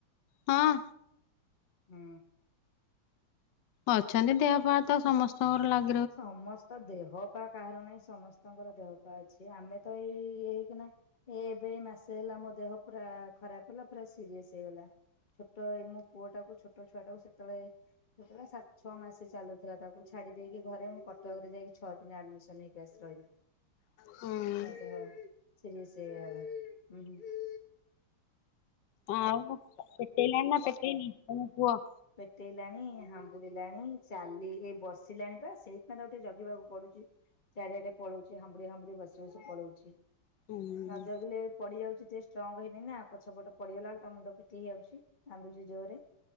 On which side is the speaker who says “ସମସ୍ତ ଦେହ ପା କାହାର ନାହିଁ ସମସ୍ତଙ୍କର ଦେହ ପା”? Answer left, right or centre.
Left